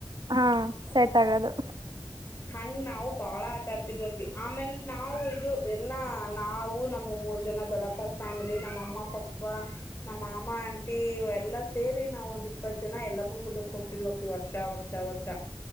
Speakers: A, on the right; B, on the left.
A: ಹಾ ಸೆಟ್ ಆಗದು
B: ಹಂಗ ನಾವು ಬಾಳ ಆಟಾಡ್ತಿದ್ವಪ್ಪಿ ಆಮೇಲ್ ನಾವು ಇದು ಎಲ್ಲಾ ನಾವು ನಮ್ಮ ಮೂರು ಜನ ದೊಡ್ಡಪ್ಪರ್ ಫ್ಯಾಮಿಲಿ ನಮ್ಮ ಅಮ್ಮ ಪಪ್ಪ ನಮ್ಮ ಮಾಮ ಆಂಟಿ ಎಲ್ಲ ಸೇರಿ ನಾವ್ ಒಂದ್ ಇಪ್ಪತ್ತು ಜನ ಎಲ್ಲಾ ಮುಂದ್ಗುಡ್ಕ್ ಹೋಗ್ತಿದ್ವಪ್ಪ ಈ ವರ್ಷ ವರ್ಷ ವರ್ಷ ವರ್ಷ